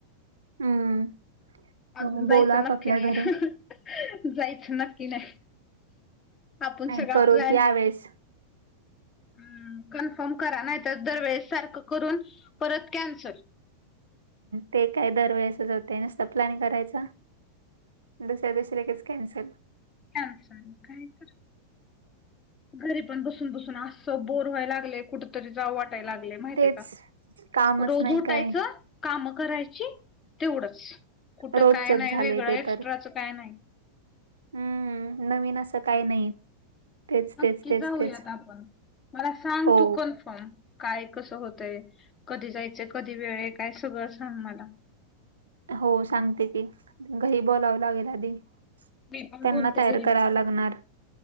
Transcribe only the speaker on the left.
अजून
जायचं
नक्की नाही
<unintelligible> जायचं नक्की नाही आपण
सगळा
प्लॅन
ह् कन्फर्म करा नाही तर दरवेेळेस सारखं करून परत कॅन्सल
कॅन्सल काही तर घरी पण बसून बसून असं बोर व्हाय लागलय कुठेतरी जाऊ वाट टाय लागलय माहिते
का
रोज
उटायचं
काम करायची तेवढच कुठं
काय नाही
वेगळं
एक्स्ट्राचं
काय नाही
नक्की
जाऊयात
आपण मला सांग
तू कन्फर्म काय, कसं होतंय, कधी जायचं, कधी वेळ, काय सगळं सांग मला?
मी पण
बोलते
घरी